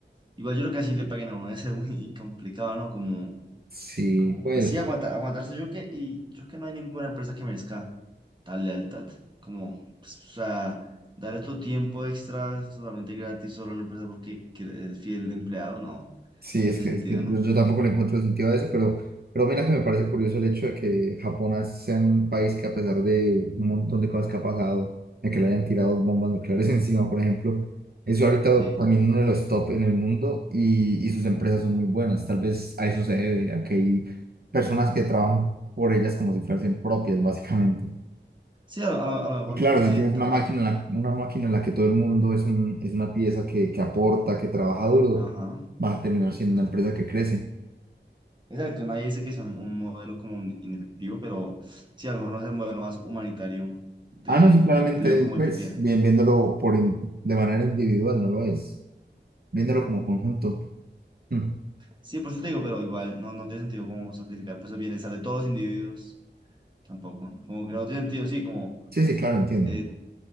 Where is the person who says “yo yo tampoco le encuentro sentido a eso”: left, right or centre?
Right